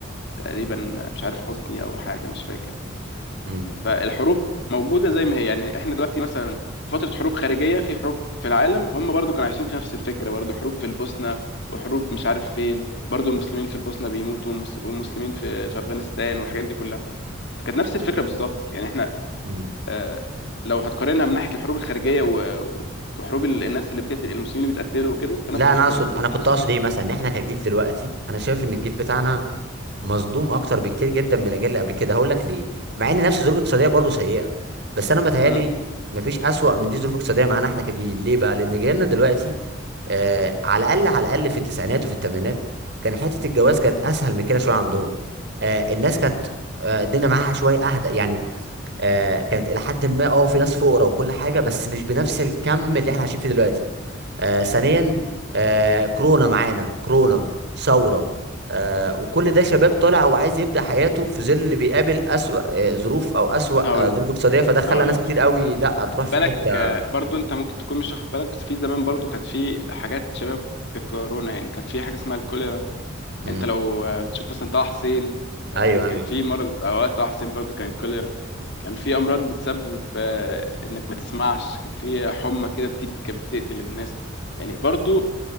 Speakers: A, on the left; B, on the right.
A: تقريبا مش عارف حسني او حاجه مش فاكر
B: امم
A: فالحروب موجوده زي ما هي يعني احنا دلوقتي مثلا في فتره حروب خارجيه في حروب في العالم هم برضو كانوا عايشين في نفس الفكره برضو حروب في البوسنه وحروب مش عارف فين برضو المسلمين في البوسنه بيموتوا والمس- والمسلمين في في افغانستان والحاجات دي كلها فكانت نفس الفكره بالظبط يعني احنا
B: امم
A: آه، لو هتقارنها من ناحيه الحروب الخارجيه و- وحروب ال- الناس اللي بتقتل المسلمين اللي بيتقتلوا وكده فنفس
B: لا
A: الفكره
B: انا اقصد
A: بالظبط
B: انا
A: انا
B: كنت
A: شايف
B: اقصد ايه مثلا ان احنا كجيل دلوقتي انا شايف ان الجيل بتاعنا مصدوم اكتر بكتير جدا من الاجيال اللي قبل كده هقول لك ليه مع ان نفس الظروف الاقتصاديه برضه سيئه بس انا متهيالي
A: مم.
B: مفيش اسوأ من دي ظروف اقتصاديه معانا احنا كجيل ليه بقى لان جيلنا دلوقتي آه، على الاقل على الاقل في التسعينات وفي الثمانينات كان حته الجواز كانت اسهل من كده شويه عندهم آه، الناس كانت آه، الدنيا معاها شويه اهدى يعني آه، كانت الى حد ما اه في ناس فقراء وكل حاجه بس مش بنفس الكم اللي احنا عايشين فيه دلوقتي آه، ثانيا آه، كورونا معانا كورونا ثوره آه، وكل ده شباب طالع وعايز يبدا حياته في ظل اللي بيقابل اسوأ آه، ظروف او اسوأ
A: هقول
B: آه، ظروف
A: لك
B: اقتصاديه فده خلى
A: هقول
B: ناس
A: لك
B: كتير
A: حاجه
B: قوي لا تروح
A: خد
B: في
A: بالك
B: حته
A: آه، برضو انت ممكن تكون مش واخد بالك بس في زمان برضو كانت في حاجات شبه بالكورونا يعني كان في حاجه اسمها الكوليرا
B: امم
A: انت لو آه، تشوف مثلا طه حسين آه،
B: ايوه
A: كان
B: ايوه
A: في مرض اوقات طه حسين برضو كان الكوليرا كان في امراض بتسبب آه، انك ما تسمعش كان في حمى كده بتيجي كانت بتقتل الناس يعني برضو